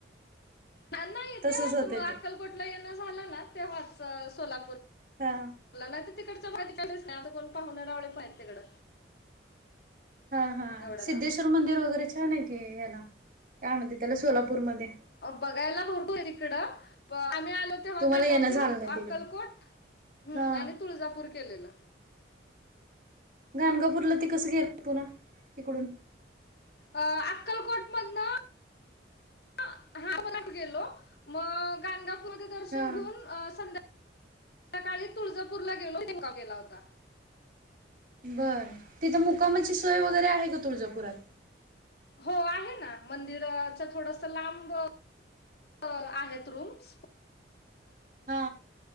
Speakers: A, on the left (about 60°); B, on the right (about 45°).
A: नाही
B: तसच
A: तेव्हाच
B: होते
A: मग अक्कलकोट,
B: ते
A: ला येण झालं ना तेव्हाच सोलापूरला.
B: हा
A: मला नाही तिकडंच माहिती, आता कोण पाहुणे रावळे नायत तिकडं.
B: हा हा
A: एवढ्या
B: सिद्धेश्वर
A: लांब.
B: मंदिर वगैरे छान आहे की ह्याला यामध्ये त्याला सोलापूरमध्ये.
A: अहो बघायला भरपूर ये तिकडं प आम्ही आलो तेव्हा
B: तुम्हाला
A: गाणगापूर,
B: येणं झालं नाही तिकडे
A: अक्कलकोट, हम्म
B: हा
A: आणि तुळजापूर केलेलं.
B: गाणगापूरला ते कसं गेल पुन्हा तिकडून?
A: अ अक्कलकोट मधंन <unintelligible> गेलो मग गाणगापूर विठोबाच दर्शन
B: हा
A: घेऊन संध्याकाळी तुळजापूरला गेलो तिथे मुक्काम केला होता
B: बरं तिथं मुक्कामाची सोय वगैरे आहे का तुळजापुरात
A: हो आहेना मंदिराच्या थोडस लांब आहेत रूम्स
B: हा